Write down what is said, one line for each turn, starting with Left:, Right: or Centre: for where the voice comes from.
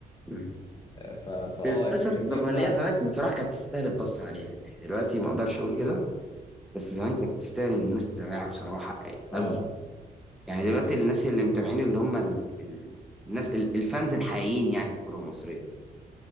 Centre: مم.
Left: ف فاه
Centre: للأسف
Left: يعني اكيد
Centre: رغم إن
Left: بعد
Centre: هي زمان بصراحة كانت تستاهل البص عليها يعني دلوقتي ما أقدرش أقول
Left: امم
Centre: كده بس زمان كانت تستاهل إن الناس تتابعها بصراحة
Left: اه
Centre: أوي يعني
Left: كانت
Centre: دلوقتي الناس اللي متابعين اللي هم ال... ال... الناس ال... الفانز الحقيقيين يعني في الكوره المصريه